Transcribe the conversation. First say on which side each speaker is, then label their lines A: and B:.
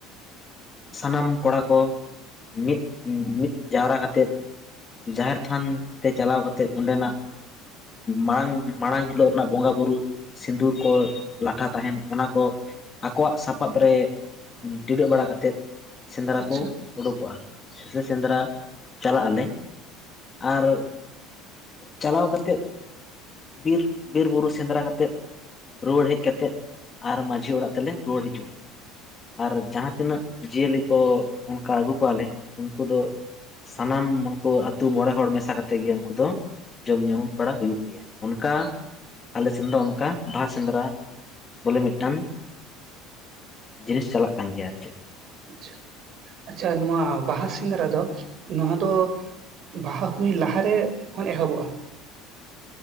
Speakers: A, on the left; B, on the right.
A: ᱥᱟᱱᱟᱢ ᱠᱚᱲᱟ ᱠᱚ ᱢᱤᱫ ᱢᱤᱫ ᱡᱟᱣᱨᱟ ᱠᱟᱛᱮᱫ ᱡᱟᱦᱮᱨᱛᱷᱟᱱ ᱛᱮ ᱪᱟᱞᱟᱣ ᱠᱟ ᱛᱮᱫ ᱚᱸᱰᱮᱱᱟᱜ ᱢᱟᱲᱟᱝ ᱢᱟᱲᱟᱝ ᱦᱤᱞᱚᱜ ᱨᱮᱱᱟᱜ ᱵᱚᱸᱜᱟ ᱵᱩᱨᱩ ᱥᱤᱸᱫᱩᱨ ᱠᱚ ᱞᱟᱴᱷᱟ ᱛᱟᱦᱮᱱ ᱚᱱᱟ ᱠᱚ ᱟᱠᱚᱣᱟᱜ ᱥᱟᱯᱟᱵᱽ ᱨᱮ ᱴᱤᱰᱟᱹᱜ ᱵᱟᱲᱟ ᱠᱟᱛᱮᱫ ᱥᱮᱸᱫᱽᱨᱟ
B: ᱟᱪᱪᱷᱟ
A: ᱠᱚ ᱚᱰᱚᱠᱚᱜᱼᱟ ᱥᱮ ᱥᱮᱸᱫᱽᱨᱟ ᱪᱟᱞᱟᱜ ᱟᱞᱮ ᱟᱨ ᱪᱟᱞᱟᱣ ᱠᱟᱛᱮᱫ ᱵᱤᱨ ᱵᱤᱨ ᱵᱩᱨᱩ ᱥᱮᱸᱫᱽᱨᱟ ᱠᱟᱛᱮᱫ ᱨᱩᱣᱟᱹᱲ ᱦᱮᱡ ᱠᱮᱛᱮᱫ ᱟᱨ ᱢᱟᱺᱡᱷᱤ ᱚᱲᱟᱜ ᱛᱮᱞᱮ ᱨᱩᱣᱟᱹᱲ ᱦᱤᱡᱩᱜ-ᱟ᱾ ᱟᱨ ᱡᱟᱦᱟᱸ ᱛᱤᱱᱟᱹᱜ ᱡᱤᱭᱟᱹᱞᱤ ᱠᱚ ᱚᱱᱠᱟ ᱟᱹᱜᱩ ᱠᱚᱣᱟ ᱞᱮ ᱩᱱᱠᱩ ᱫᱚ ᱥᱟᱱᱟᱢ ᱩᱱᱠᱩ ᱟᱛᱩ ᱢᱚᱬᱮ ᱦᱚᱲ ᱢᱮᱥᱟ ᱠᱟᱛᱮᱫ ᱜᱮ ᱩᱱᱠᱩ ᱫᱚ ᱡᱚᱢ ᱧᱩᱸ ᱵᱟᱲᱟ ᱦᱩᱭᱩᱜ ᱜᱮᱭᱟ ᱚᱱᱠᱟ ᱟᱞᱮ ᱥᱮᱱ ᱫᱚ ᱚᱱᱠᱟ, ᱵᱟᱦᱟ ᱥᱮᱸᱫᱽᱨᱟ ᱵᱚᱞᱮ ᱢᱤᱫᱴᱟᱝ ᱡᱤᱱᱤᱥ ᱪᱟᱞᱟᱜ ᱠᱟᱱ ᱜᱮᱭᱟ ᱟᱨ ᱪᱮᱫ
B: ᱟᱪᱪᱷᱟ ᱟᱪᱪᱷᱟ ᱱᱚᱣᱟ ᱵᱟᱦᱟ ᱥᱮᱸᱫᱽᱨᱟ ᱫᱚ ᱱᱚᱦᱟ ᱫᱚ ᱵᱟᱦᱟ ᱦᱩᱭ ᱞᱟᱦᱟᱨᱮ ᱠᱷᱚᱱ ᱮᱦᱚᱵᱚᱜ-ᱟ᱾